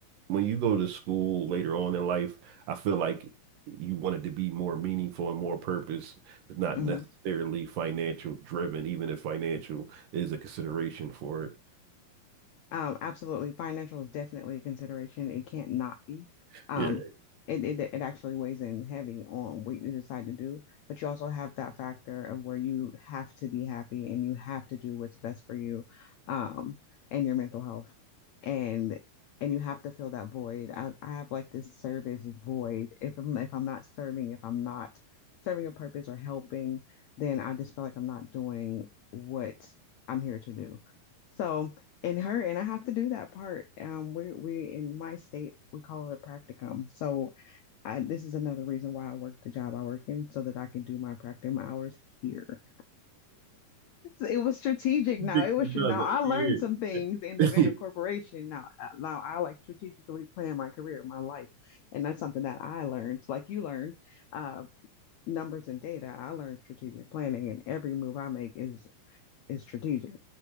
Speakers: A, on the right (about 70°); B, on the left (about 85°).
A: when you go to school later on in life, I feel like you want it to be more meaningful and more purpose. It's not
B: mm-hmm.
A: necessarily financial driven, even if financial is a consideration for
B: Um, absolutely. Financial is definitely a consideration. It can't not be.
A: it.
B: Um,
A: Yeah. <laughs>
B: it, it it actually weighs in heavy on what you decide to do, but you also have that factor of where you have to be happy and you have to do what's best for you, um, and your mental health. And and you have to fill that void. I, I have like this service void. If I'm if I'm not serving, if I'm not serving a purpose or helping, then I just feel like I'm not doing what I'm here to do. So and her and I have to do that part. Um, we're we're in my state we call it a practicum. So I, this is another reason why I work the job I work in so that I can do my practicum hours here. So it was strategic.
A: You
B: Now
A: think
B: it was
A: you know
B: now
A: that-
B: I learned
A: Yeah.
B: some things in the in the corporation.
A: <laughs>
B: Now uh, now I like strategically plan my career, my life, and that's something that I learned. Like you learned, uh, numbers and data. I learned strategic planning, and every move I make is is strategic.